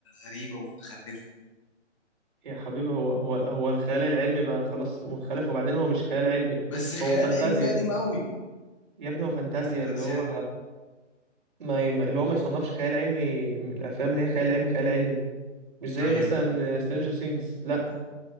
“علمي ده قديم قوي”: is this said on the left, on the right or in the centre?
Left